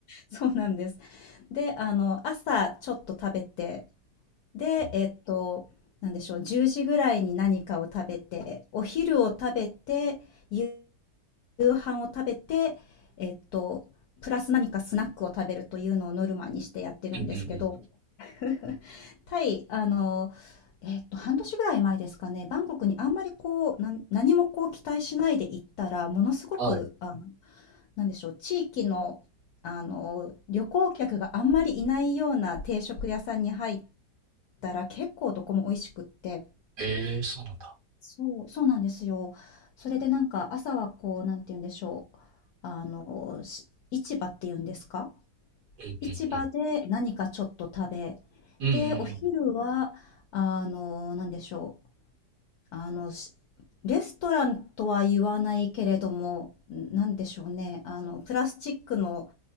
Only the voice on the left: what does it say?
そうなんです。で、あの、朝ちょっと食べて、で、
えっと、なんでしょう、10時ぐらいに何かを食べて、お昼を食べて、夕夕飯を食べて、えっと、プラス何かスナックを食べるというのをノルマにしてやってるんですけど、
<laughs> タイ、あの、えっと、半年ぐらい前ですかね、バンコクにあんまりこう、なん、何もこう期待しないで行ったら、ものすごく、
あ、なんでしょう、地域の、あの、旅行客があんまりいないような定食屋さんに入ったら、結構どこも美味しくって。
そう、そうなんですよ。それでなんか朝はこう、なんて言うんでしょう。あの、し市場っていうんですか
市場で何かちょっと食べ、
で、お昼は、あの、なんでしょう。あの、しレストランとは言わないけれども、んなんでしょうね。あの、プラスチックの、